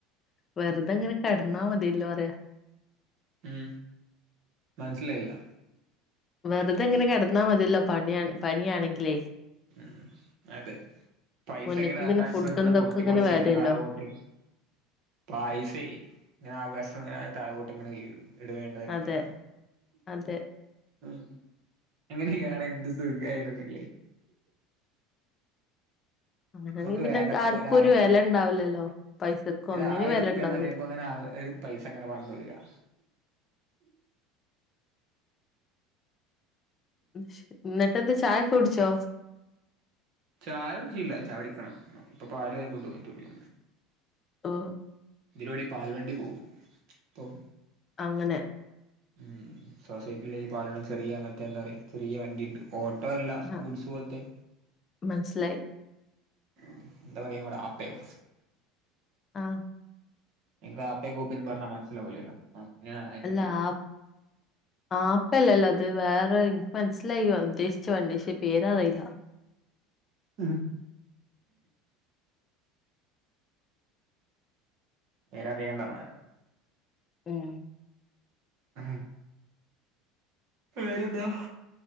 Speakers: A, on the left; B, on the right.
A: വെറുതെങ്ങനെ കെടന്നാ മതിയല്ലോ പറയാ.
B: ഉം മനസിലായില്ല.
A: വെറുതെങ്ങനെ കെടന്നാ മതിയല്ലോ പണിയ പനിയാണെങ്കിലേ.
B: ഉം അതെ പൈസങ്ങനെ
A: മുന്ന്ക്ക്
B: ആകാശത്ത്
A: ഫുഡും
B: ഇങ്ങനെ
A: ഇതൊക്കെ
B: പൊട്ടി മൊളച്ച്
A: വരുല്ലോ
B: ഇങ്ങനെ താഴോട്ട് പൈസേ ഇങ്ങനെ ആകാശത്തിങ്ങനെ താഴോട്ട് ഇങ്ങനെ വീഴും, ഇട വേണ്ട ഇടുത്തോളാന്.
A: അതെ അതെ
B: ഉം അങ്ങനെക്കാണേ എന്ത് സുഖാരുന്നില്ലേ.
A: അങ്ങനെയാണെങ്കി
B: നമക്ക്
A: പിന്നെ
B: വേണ്ടപ്പോ
A: അനക്ക് ആർക്കും
B: ഒരായിരം
A: ഒരു വെല ഉണ്ടാവില്ലല്ലോ പൈസക്ക്
B: ഒരായിര
A: ഒന്നിനും വെല
B: റുപ്യന്ന്
A: ഉണ്ടാവില്ലല്ലോ
B: പറയുമ്പോ അങ്ങനെ ആ ഒരു പൈസങ്ങനെ പറന്ന് വീഴാ.
A: ഉം ഇന്നതെന്തു ചായൊക്ക കുടിച്ചോ?
B: ചായ കുടിച്ചീലാ, ചായ കുടിക്കണം. ഇപ്പൊ പാല് വാങ്ങി കൊണ്ടന്നിട്ടള്ളൂ.
A: ആഹ്.
B: ഇതിലൂടെ പാൽവണ്ടി പോവും അപ്പം
A: അങ്ങനെ
B: ഉം സൊസൈറ്റിയിലെക്ക പാലുള്ള ചെറിയ മറ്റേ എന്താ പറയാ ചെറിയ വണ്ടിണ്ട് ഓട്ട ട്ടല്ല
A: ആ
B: ഗുഡ്സ് പോലത്തെ.
A: മനസ്സിലായി
B: ഉം എന്ത പറയാ നമ്മടെ ആപ്പയോ,
A: ആഹ്
B: ഇങ്ങക്ക് ആപേന്ന് ഗൂപ്പിന്ന് പറഞ്ഞ മനസിലാവില്ലല്ലോ <unintelligible>
A: അല്ലാ ആ
B: <inaudible>
A: ആപ്പല്ലല്ലോ അത്, വേറെ എനിക്ക് മനസ്സിലായി ഉദ്ദേശിച്ച വണ്ടി പക്ഷേ പേര് അറിയില്ല.
B: ഉം പേര് അറിയേണ്ടന്നാല്.
A: ഉം
B: ഉം വേറെന്താ?